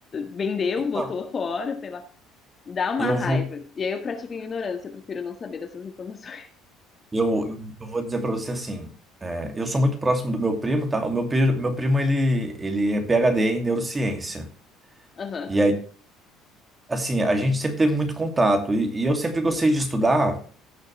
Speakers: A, on the left; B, on the right.
A: vendeu,
B: Então,
A: botou fora, sei lá. Dá uma
B: eu
A: raiva.
B: vou,
A: E aí eu pratico a ignorância, eu prefiro não saber dessas informações.
B: eu, eu vou dizer para você assim: é, eu sou muito próximo do meu primo, tá? O meu, pri- meu primo, ele, ele é PhD em neurociência.
A: <laughs> Aham.
B: E aí, assim, a gente sempre teve muito contato. E, e eu sempre gostei de estudar.